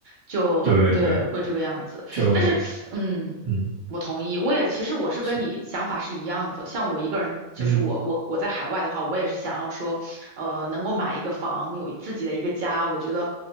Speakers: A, on the right; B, on the right.
A: 就对，
B: 对对，
A: 会这个样子。
B: 就
A: 但是，嗯，
B: 嗯
A: 我同意，我也其实我是跟你想法是一样的，
B: 是
A: 像我一个人，就是我我我在海外的话，
B: 嗯
A: 我也是想要说。呃，能够买一个房，有自己的一个家，我觉得，